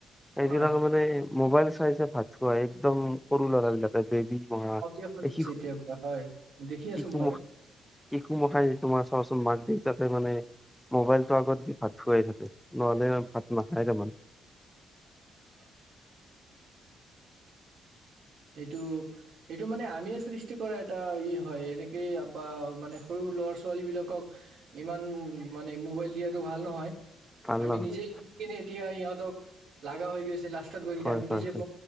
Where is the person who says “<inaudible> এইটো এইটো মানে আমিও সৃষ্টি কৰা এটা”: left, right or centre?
Right